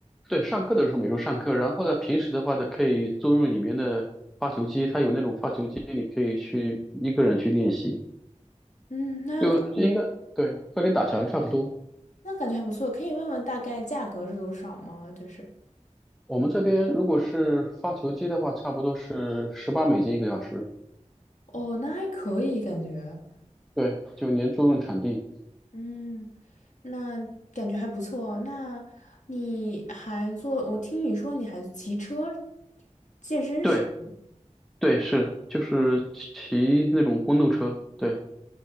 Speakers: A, in the centre; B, on the left.
A: 对，上课的时候每周上课，然后呢，平时的话呢，可以租用里面的发球机，它有那种发球机，你可以去一个人去练习，
B: 嗯，那感
A: 就应该对，和你打拳差不多。
B: 那感觉还不错，可以问问大概价格是多少吗？就是
A: 我们这边如果是发球机的话，差不多是十八美金一个小时，
B: 哦，那还可以感觉，
A: 对，就连租用场地，
B: 嗯，那感觉还不错。那你还做？我听你说你还骑车健身是吗？
A: 对对是，就是骑那种公路车，对。